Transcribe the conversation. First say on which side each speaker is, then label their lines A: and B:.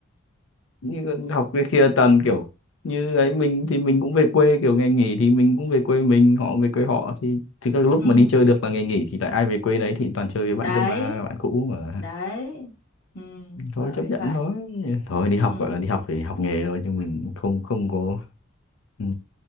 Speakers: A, on the left (about 80°); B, on the left (about 55°).
A: như con học cái kia tần kiểu như ấy mình thì mình cũng về quê kiểu ngày nghỉ thì mình cũng về quê mình họ về quê họ thì thì các lúc
B: ừ.
A: mà đi chơi được là ngày nghỉ thì lại ai về quê đấy thì toàn chơi với bạn
B: đấy
A: cấp ba bạn cũ mà
B: đấy ừ.
A: thôi
B: bởi
A: chấp nhận
B: vậy
A: thôi thôi đi học
B: ừ.
A: gọi là đi học thì học nghề thôi chứ mình cũng không không có ừ.